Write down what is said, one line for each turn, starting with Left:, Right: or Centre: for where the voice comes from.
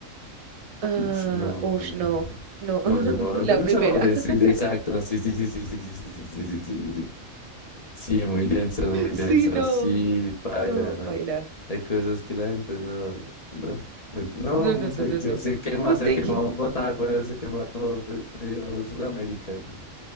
Right: Ah,
Left: Ush, no.
Right: ush, no, no,
Left: No,
Right: <laughs>
Left: yo me voy a
Right: la
Left: meter los
Right: primera.
Left: errores.
Right: <laughs>
Left: Sí, exacto. Sí, sí, sí, sí, sí, sí, sí, sí, sí, sí, sí, sí. Sí, Sí, muy densos, muy densos.
Right: Sí, no,
Left: Sí, paila,
Right: no,
Left: no.
Right: baila.
Left: Hay cosas que la gente no, no, no,
Right: No, no,
Left: pues,
Right: no,
Left: se,
Right: no,
Left: se,
Right: no.
Left: se quema,
Right: No,
Left: se
Right: thank
Left: ha quemado
Right: you.
Left: Bogotá, güey, se quema todo, pues, medio Sudamérica, ¿no?